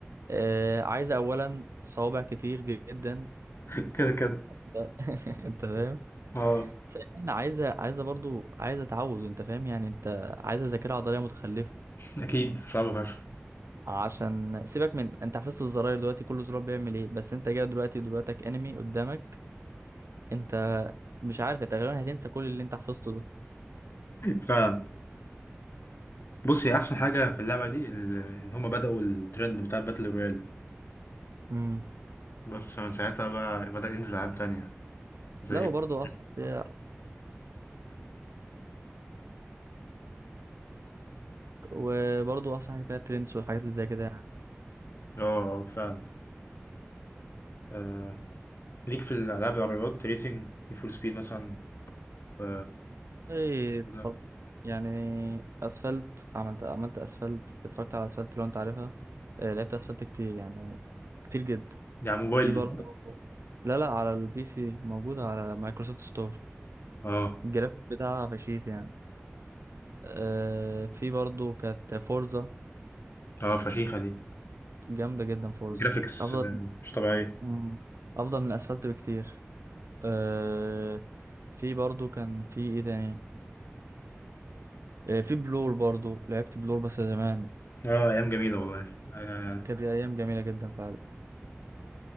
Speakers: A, on the right; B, on the left.
A: أه عايزة أولا صوابع كتير جدا
B: <laughs> كده كده
A: ده- <laughs> انت فاهم
B: اه
A: بس انا عايزه عايزه برضو عايزه تعود انت فاهم يعني انت عايزه ذاكره عضليه متخلفه
B: أكيد صعبة فشخ
A: عشان سيبك من انت حفظت الزراير دلوقتي كل زرار بيعمل ايه بس انت جاي دلوقتي دلوقتك انمي قدامك انت مش عارف انت غالبا هتنسى كل اللي انت حفظته ده
B: فعلا بص هي أحسن حاجة في اللعبة دي ال- إن هما بدأوا الترند بتاع باتل رويال
A: امم
B: بس من ساعتها بقى بدأ ينزل ألعاب تانية زي
A: لا وبرضه
B: إيه؟
A: اصعب فيها وبرضه اصعب حاجه فيها ترندز والحاجات اللي زي كده يعني
B: اه آه، فعلا آه. ليك في الألعاب العربيات ريسنج نيد فور سبيد مثلا و-
A: والله اتفرج-
B: وده
A: يعني اسفلت عملت عملت اسفلت اتفرجت على اسفلت لو انت عارفها آه، لعبت اسفلت كتير يعني كتير جدا
B: دي على موبايل
A: في
B: دي
A: برضه
B: صح؟
A: لا لا على البي سي موجود على مايكروسوفت ستور
B: اه
A: الجرافيك بتاعها فشيخ يعني آه في برضه كانت فورزا
B: اه فشيخة دي
A: جامدة جدا فورزا
B: جرافيكس
A: أفضل
B: مش طبيعية
A: مم. أفضل من الأسفلت بكتير آه في برضه كان في إيه تاني آه في بلور برضه لعبت بلور بس زمان
B: اه أيام جميلة والله آه.
A: كانت أيام جميلة جدا فعلا